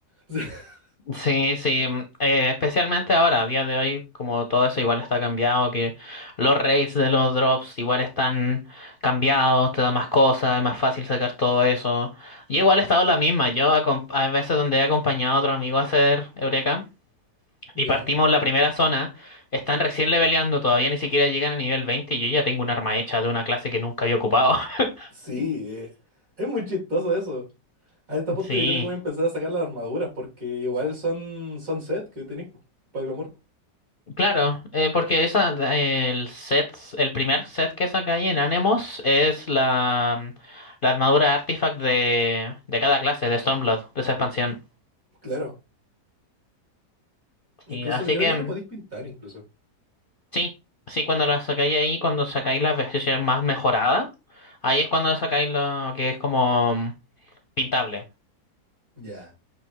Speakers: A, on the right (about 55°); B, on the left (about 40°).
A: <laughs>
B: Sí, sí, mm, eh, especialmente ahora, a día de hoy, como todo eso igual está cambiado, que los rates de los drops igual están cambiados, te da más cosas, es más fácil sacar todo eso. Yo igual he estado en la misma, yo acom- a veces donde he acompañado a otro amigo a hacer Eureka
A: Ya.
B: y partimos la primera zona, están recién leveleando, todavía ni siquiera llegan a nivel 20 y yo ya tengo un arma hecha de una clase que nunca había ocupado. <laughs>
A: Sí, eh, es muy chistoso eso. A este punto
B: Sí.
A: yo creo que voy a empezar a sacar las armaduras porque igual son, son set que tenéis para glamour.
B: Claro, eh, porque esa, eh, el set, el primer set que saca ahí en Anemos es la, mm, la armadura artifact de, de cada clase, de Stormblood, de esa expansión.
A: Claro, incluso
B: Sí, así
A: creo
B: que
A: que
B: mm,
A: lo podéis pintar incluso.
B: sí, sí, cuando la sacáis ahí, cuando sacáis la versión más mejorada, ahí es cuando sacáis lo que es como mm, pintable.
A: Ya,